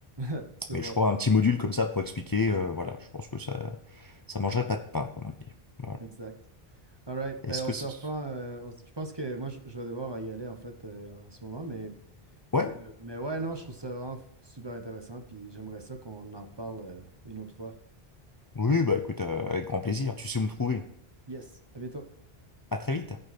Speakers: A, on the right; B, on the left.
A: <laughs> C'est
B: Mais
A: bon,
B: je crois un petit module comme ça pour expliquer, euh, voilà, je pense que ça, Ça mangerait pas de pain, comme on dit. Voilà.
A: exact. All right,
B: Est-ce
A: ben
B: que
A: on se
B: c'est...
A: reprend. euh, on s- je pense que moi, je, je vais devoir y aller en fait euh, en ce moment, mais.
B: Ouais?
A: Mais ouais, non, je trouve ça vraiment f- super intéressant, puis j'aimerais ça qu'on en reparle euh, une autre fois.
B: Oui, bah écoute, euh, avec grand plaisir. Tu sais où me trouver.
A: Yes, à bientôt.
B: À très vite.